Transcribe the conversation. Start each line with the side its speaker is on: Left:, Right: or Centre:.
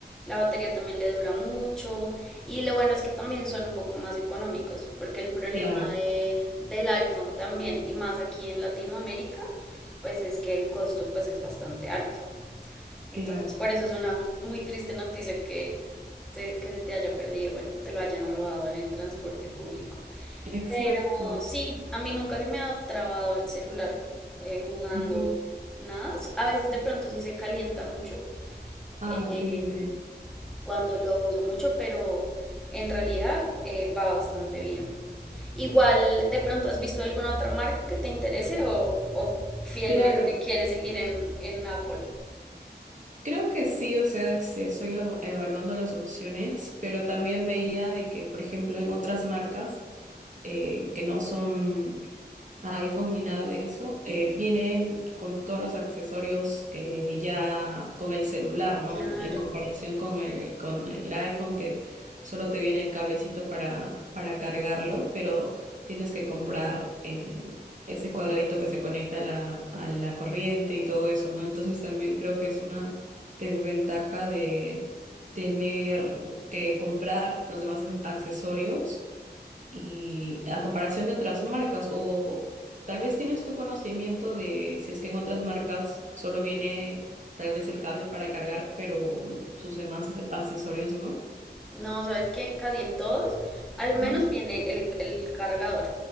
Centre: La batería también le dura mucho y lo bueno es que también son un poco más económicos porque el problema
Right: Claro,
Centre: de, del iPhone también y más aquí en Latinoamérica pues es que el costo pues es bastante alto. Entonces,
Right: claro.
Centre: por eso es una muy triste noticia que, te- que se te haya perdido, bueno, te lo hayan robado en el transporte público.
Right: Exacto.
Centre: Pero sí, a mí nunca se me ha trabado el celular eh, jugando
Right: Ujú.
Centre: nada. A veces de pronto sí se calienta mucho
Right: Ah,
Centre: eh,
Right: sí, sí, sí.
Centre: cuando lo uso mucho, pero en realidad eh, va bastante bien. Igual, de pronto has visto alguna otra marca que te interese o, o fielmente
Right: Claro,
Centre: quieres seguir en, en Apple.
Right: creo que sí, o sea, este, estoy ev- evaluando las opciones, pero también veía de que, por ejemplo, en otras marcas eh, que no son a iPhone ni nada de eso, eh, vienen con todos los accesorios eh, ya con el celular, ¿no?
Centre: Claro.
Right: En comparación con el, con el iPhone que solo te viene el cablecito para, para cargarlo, pero tienes que comprar eh, ese cuadradito que se conecta a la, a la corriente y todo eso, ¿no? Entonces también creo que es una desventaja de tener que comprar los demás accesorios y a comparación de otras marcas o tal vez tienes tu conocimiento de si es que en otras marcas solo viene tal vez el cable para cargar, pero mm, sus demás ac- accesorios no.
Centre: No, sabes que casi en todos, al menos
Right: Ujú,
Centre: viene el, el cargador.